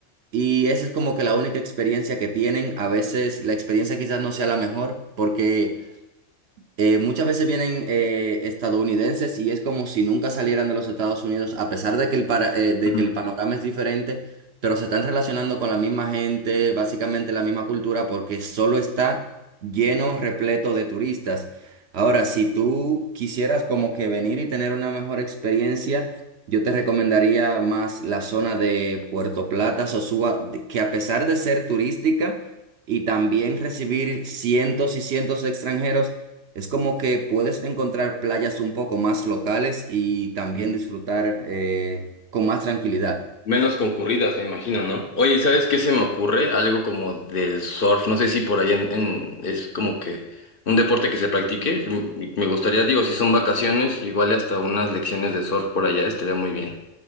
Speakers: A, on the right; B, on the left.
A: Y esa es como que la única experiencia que tienen. A veces la experiencia quizás no sea la mejor porque eh, muchas veces vienen eh, estadounidenses y es como si nunca salieran de los Estados Unidos, a pesar de que el, para- eh, de
B: Ujú.
A: que el panorama es diferente, pero se están relacionando con la misma gente, básicamente la misma cultura, porque solo está lleno, repleto de turistas. Ahora, si tú quisieras como que venir y tener una mejor experiencia, yo te recomendaría más la zona de Puerto Plata, Sosúa, de- que a pesar de ser turística y también recibir cientos y cientos de extranjeros, es como que puedes encontrar playas un poco más locales y también disfrutar eh, con más tranquilidad.
B: Menos concurridas, me imagino, ¿no? Oye, ¿sabes qué se me ocurre? Algo como del surf, no sé si por allá en, en- es como que un deporte que se practique. M- Me gustaría, digo, si son vacaciones, igual y hasta unas lecciones de surf por allá estaría muy bien.